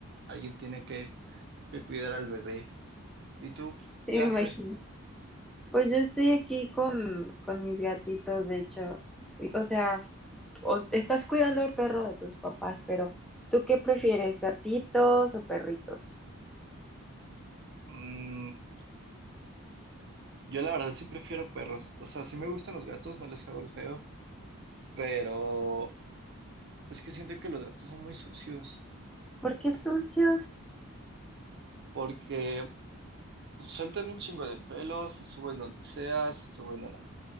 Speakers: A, on the right (about 50°); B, in the centre.
A: alguien tiene que, que cuidar al bebé. ¿Y tú
B: Sí,
A: qué
B: me
A: haces?
B: imagino. Pues yo estoy aquí con, con mis gatitos, de hecho. Y- O sea, o- estás cuidando al perro de tus papás, pero ¿tú qué prefieres, gatitos o perritos?
A: Mm, yo la verdad sí prefiero perros. O sea, sí me gustan los gatos, no les hago el feo, pero es que siento que los gatos son muy sucios
B: ¿Por qué sucios?
A: porque sueltan un chingo de pelos, se suben donde sea, se suben en la